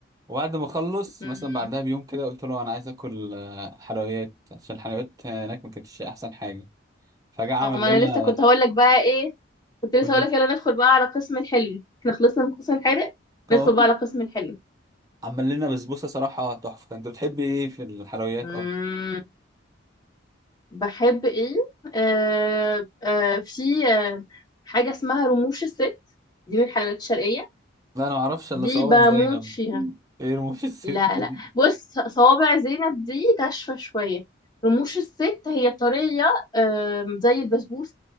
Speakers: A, on the right (about 20°); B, on the left (about 20°).
A: وبعد ما اخلص
B: مم.
A: مثلا بعدها بيوم كده قلت له انا عايز اكل آه، حلويات عشان الحلويات هناك ما كانتش احسن حاجه فجاه عمل
B: اه ما
A: لنا
B: انا لسه كنت هقول لك بقى ايه كنت لسه
A: برجر.
B: هقولك يلا ندخل بقى على قسم الحلو احنا خلصنا من القسم الحادق
A: اه
B: ندخل بقى على قسم الحلو
A: عمل لنا بسبوسه صراحه تحفه انت بتحب ايه في الحلويات
B: مم.
A: اكتر
B: بحب ايه آه آه في آه حاجة اسمها رموش الست دي من الحلويات الشرقية
A: لا انا ما اعرفش
B: دي
A: الا صوابع
B: بموت
A: زينب
B: فيها
A: <laughs> ايه رموش الست
B: لا
A: دي
B: لا بص صوابع زينب دي ناشفة شوية رموش الست هي طرية آم، زي البسبوسة